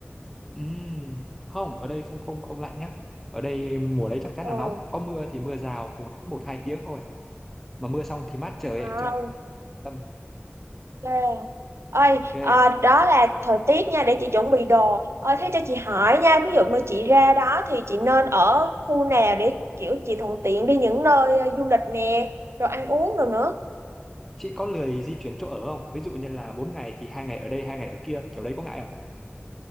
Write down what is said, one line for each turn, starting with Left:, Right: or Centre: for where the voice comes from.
Centre: Ừm, Không, ở đây không không không lạnh nhá. Ở đây mùa đấy chắc chắn
Right: ừ.
Centre: là nóng. Có mưa thì mưa rào cùng lắm một hai tiếng thôi. Mà mưa xong thì mát trời
Right: À.
Centre: ấy, cho nên tâm.
Right: À, ơi
Centre: Ok.
Right: à, đó là thời tiết nha để chị chuẩn bị đồ ơi thế cho chị hỏi nha ví dụ mà chị ra đó thì chị nên ở khu nào để kiểu chị thuận tiện đi những nơi ờ, du lịch nè rồi ăn uống rồi nữa
Centre: Chị có lười di chuyển chỗ ở không? Ví dụ như là 4 ngày thì hai ngày ở đây, hai ngày ở kia, kiểu đấy có ngại không?